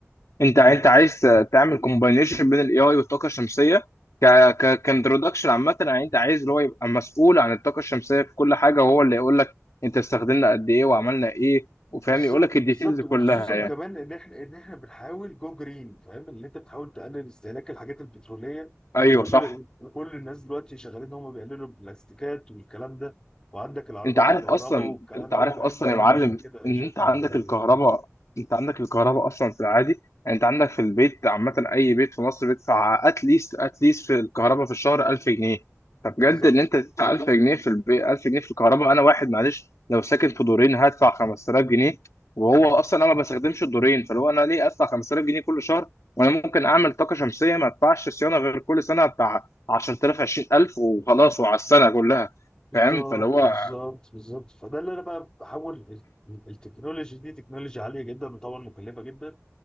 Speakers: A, on the left; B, on the left.
A: انت انت عايز تعمل كومباينيشن بين الاي اي والطاقه الشمسيه ك ك كانترودكشن عامه يعني انت عايز اللي هو يبقى مسؤول عن الطاقه الشمسيه في كل حاجه وهو اللي يقول لك انت استخدمنا قد ايه وعملنا ايه وفاهم
B: بالظبط
A: يقول لك الديتيلز
B: بالظبط
A: كلها
B: وخصوصا
A: يعني
B: كمان ان احنا ان احنا بنحاول جو جرين فاهم ان انت بتحاول تقلل استهلاك الحاجات البتروليه
A: ايوه
B: وكل
A: صح
B: وكل الناس دلوقتي شغالين ان هم بيقللوا البلاستيكات والكلام ده وعندك العربيات
A: انت عارف
B: الكهرباء
A: اصلا
B: والكلام
A: انت عارف
B: ده فاهم
A: اصلا يا معلم
B: فعشان كده انا
A: ان
B: شايف
A: انت عندك
B: ان ده اللي
A: الكهرباء
B: جاي.
A: انت عندك الكهرباء اصلا في العادي يعني انت عندك في البيت عامه اي بيت في مصر بيدفع اتليست اتليست في الكهرباء في الشهر 1000 جنيه فبجد
B: بالظبط
A: ان انت تدفع 1000 جنيه في البيت 1000 جنيه في الكهرباء انا واحد معلش لو ساكن في دورين هدفع 5000 جنيه وهو اصلا انا ما بستخدمش الدورين فلو انا ليه ادفع 5000 جنيه كل شهر وانا ممكن اعمل طاقه شمسيه ما ادفعش صيانه غير كل سنه بتاع 10000 20000 وخلاص وعلى السنه كلها
B: بالظبط
A: فاهم فاللي هو
B: بالظبط بالظبط فده اللي انا بقى بحاول ال- ال- التكنولوجي دي تكنولوجيا عاليه جدا وطبعا مكلفه جدا